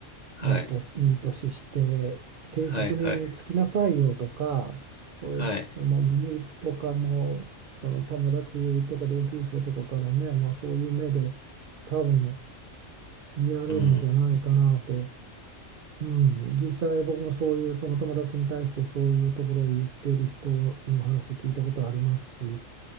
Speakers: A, on the left; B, on the right.
A: はい
B: いい年、いい年して、定職に就きなさいよとか、
A: はいはい
B: そういう、
A: はい
B: その身内とかも、その友達とか同級生とかからね、まあ、そういう目で多分見られるんじゃないかなと。
A: うん
B: うん、実際僕もそういうその友達に対してそういうところを言っている人の話聞いたことありますし、